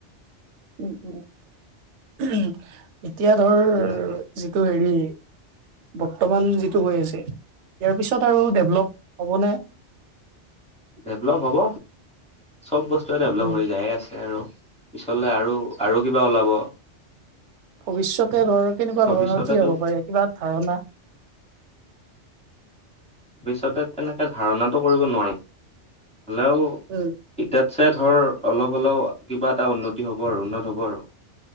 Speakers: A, on the right; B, in the centre.
A: উম উম উম এতিয়া ধৰ
B: তেনেকে
A: যিটো হেৰি বৰ্তমান যিটো হৈ আছে। ইয়াৰ পিছত আৰু ডেভলপ হ'বনে-
B: ডেভলপ হ'ব চব বস্তুৱে ডেভলপ
A: উম
B: হৈ যায় আছে। আৰু পিছলে আৰু আৰু কিবা ওলাব।
A: ভৱিষ্যতে ধৰ কেনেকুৱা
B: ভৱিষ্যতেতো
A: ধৰণৰ কি হ'ব পাৰে কিবা ধাৰণা
B: ভৱিষ্যতে তেনেকে ধাৰণটো কৰিব নোৱাৰিম হলেও
A: উম
B: এতিয়া। ছে ধৰ অলপ হ'লেও কিবা এটা উন্নতি হ'ব আৰু উন্নত হ'ব আৰু